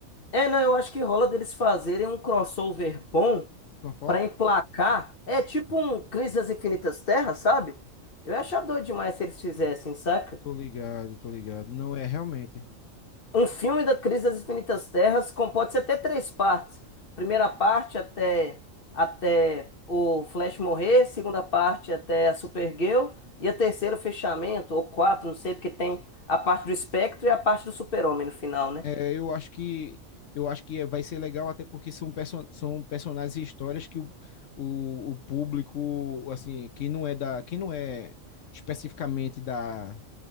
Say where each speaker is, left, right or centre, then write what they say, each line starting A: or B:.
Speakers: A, on the left (about 45°); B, on the left (about 70°).
A: É, não, eu acho que rola deles fazerem um crossover bom
B: Tom Fox?
A: pra emplacar. É tipo um Crise das Infinitas Terras, sabe? Eu ia achar doido demais se eles fizessem, saca?
B: Tô ligado, tô ligado. Não é realmente.
A: Um filme da Crise das Infinitas Terras com- pode ser até três partes. Primeira parte até até o Flash morrer, segunda parte até a Supergirl e a terceira o fechamento ou quatro, não sei, porque tem a parte do Espectro e a parte do Super-Homem no final, né?
B: É, eu acho que eu acho que é- vai ser legal até porque são, perso são personagens e histórias que o, o, o público, assim, quem não é da, quem não é especificamente da